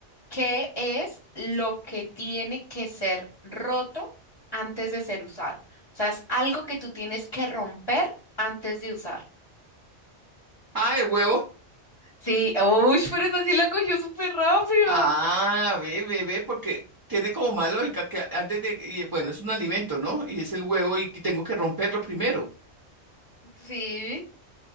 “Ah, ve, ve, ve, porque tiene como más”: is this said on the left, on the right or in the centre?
Right